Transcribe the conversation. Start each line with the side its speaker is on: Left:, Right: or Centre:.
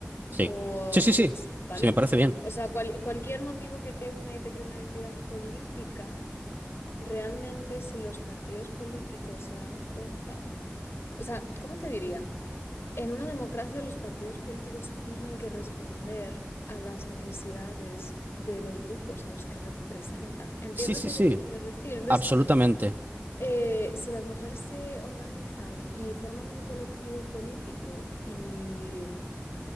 Right: Sí.
Left: o
Right: Sí, sí,
Left: yo
Right: sí.
Left: qué sé, ¿vale?
Right: Sí, me parece bien.
Left: O sea, cual- cualquier motivo que te una y te cree una identidad política, realmente si los partidos políticos se dan cuenta, o sea, ¿cómo te diría? En una democracia, los partidos políticos tienen que responder a las necesidades de los grupos a los que representan. ¿Entiendes
Right: Sí, sí,
Left: lo
Right: sí.
Left: que te quiero decir? Entonces,
Right: Absolutamente.
Left: eh, si las mujeres se organizan y forman un colectivo político y,